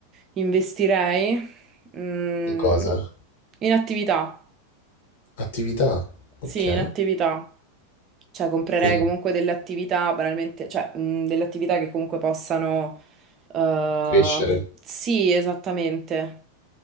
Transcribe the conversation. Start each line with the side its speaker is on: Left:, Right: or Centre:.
Right: investirei mm,
Left: In cosa?
Right: in attività,
Left: Attività,
Right: sì,
Left: ok.
Right: in attività. Cioè, comprerei
Left: Quindi
Right: comunque delle attività, banalmente, cioè, mm, delle attività che comunque possano... eh,
Left: crescere.
Right: sì, esattamente.